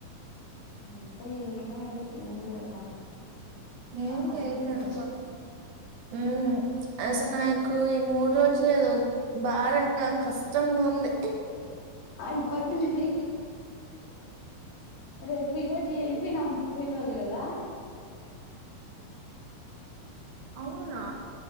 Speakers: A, on the left; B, on the right.
A: అంతే ఏందో అది ఏం చేద్దాం లాసం
B: ఏం చేయలేం
A: లేదు
B: కో మ్ అసలు నాక్ కు ఈ మూడు రోజులు ఏదో భారంగా కష్టంగా ఉంది
A: అయి పోద్ధిలే రేపు ఈ రోజు వెళ్ళిపోయినామె పుట్టినరోజు కదా
B: అవునా